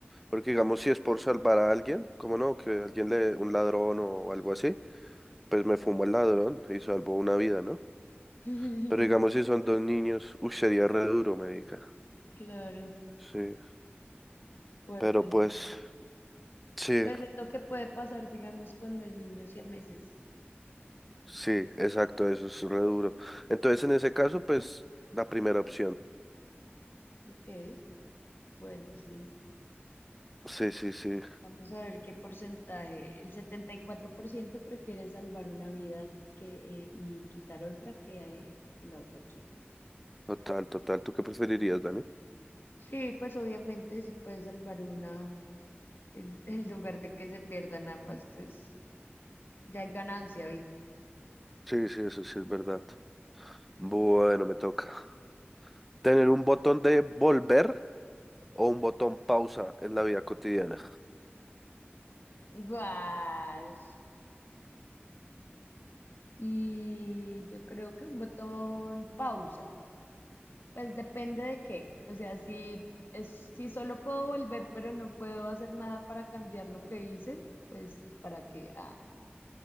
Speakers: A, in the centre; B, on the left.
A: Porque digamos, si es por salvar a alguien, como no? Que alguien le, un ladrón o algo así, pues me fumo al ladrón y salvo una vida, ¿no?
B: <laughs>
A: Pero digamos, si son dos niños, uy, sería re duro, marica.
B: Claro.
A: Sí,
B: Fuerte.
A: pero pues, sí,
B: Pues es lo que puede pasar, digamos, cuando hay niños y a meses.
A: sí, exacto, eso es re duro. Entonces, en ese caso, pues, la primera opción.
B: Ok, bueno, sí.
A: Sí, sí, sí,
B: Vamos a ver qué porcentaje. El 74% prefiere salvar una vida que, eh, y quitar otra que, eh, que la otra opción.
A: total, total. ¿Tú qué preferirías, Dani?
B: Sí, pues obviamente si puedes salvar una el- <laughs> en lugar de que se pierdan ambas, pues ya es ganancia, ¿viste?
A: Sí, sí, eso sí es verdad. Bueno, me toca. Tener un botón de volver o un botón pausa en la vida cotidiana.
B: Guau. Y yo creo que un botón pausa. Pues depende de qué. O sea, si es, si solo puedo volver, pero no puedo hacer nada para cambiar lo que hice, pues para qué. Ah,